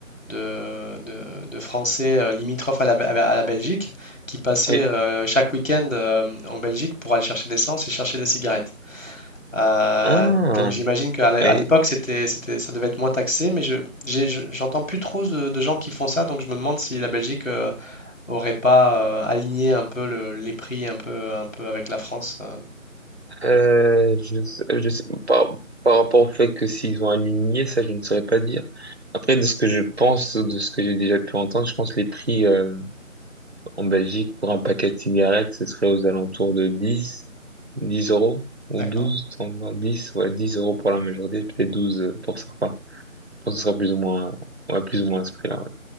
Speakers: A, on the left; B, on the right.
A: de, de- de Français euh, limitrophes à la, à la- à la Belgique qui passaient
B: oui.
A: euh, chaque week-end euh, en Belgique pour aller chercher de l'essence et chercher des cigarettes. Euh,
B: Ah,
A: donc j'imagine qu'à l'é-
B: oui.
A: à l'époque, c'était, c'était, ça devait être moins taxé, mais je, j'ai- je- j'entends plus trop de, de gens qui font ça, donc je me demande si la Belgique euh, aurait pas euh, aligné un peu le- les prix un peu, un peu avec la France. euh.
B: Euh, je, sais- je, sais- par, par rapport au fait que s'ils ont aligné, ça, je ne saurais pas dire. Après, de ce que je pense, ou de ce que j'ai déjà pu entendre, je pense que les prix, euh, En Belgique, pour un paquet de cigarettes, ce serait aux alentours de dix, dix euros ou
A: D'accord.
B: 12, 120, dix ouais, 10 euros pour la majorité, peut-être 12 pour certains. Je pense que ce sera plus ou moins, ouais, plus ou moins à ce prix-là, ouais.